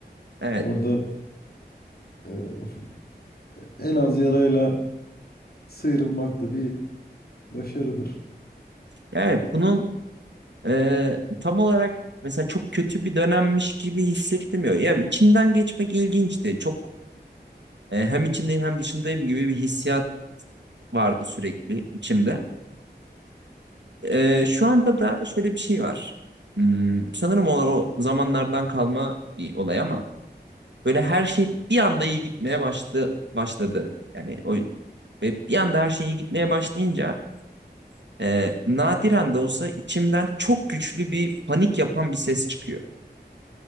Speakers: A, on the right; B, on the left.
A: Evet,
B: Orada e, en az yarayla sıyrılmak da bir başarıdır.
A: evet bunun e, tam olarak mesela çok kötü bir dönemmiş gibi hissettirmiyor. Yani içinden geçmek ilginçti. Çok e, hem içindeyim hem dışındayım gibi bir hissiyat vardı sürekli içimde. Ee, şu anda da şöyle bir şey var. Hmm, sanırım o, o zamanlardan kalma bir olay ama böyle her şey bir anda iyi gitmeye başladı. başladı. Yani o ve bir anda her şey iyi gitmeye başlayınca e, nadiren de olsa içimden çok güçlü bir panik yapan bir ses çıkıyor.